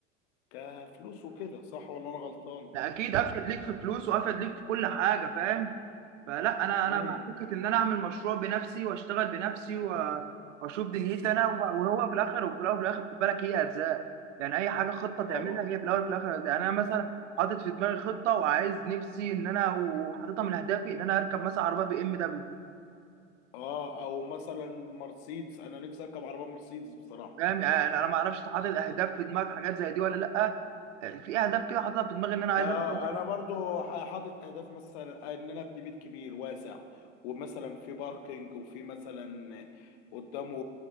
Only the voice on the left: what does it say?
كفلوس وكده صح ولا انا غلطان
امم
طبعا
اه او مثلا مرسيدس انا نفسي اركب عربية مرسيدس بصراحة
آه
انا برضو ح- حاطط اهداف مثلا ان انا ابني بيت كبير واسع ومثلا في باركينج وفي مثلا قدامه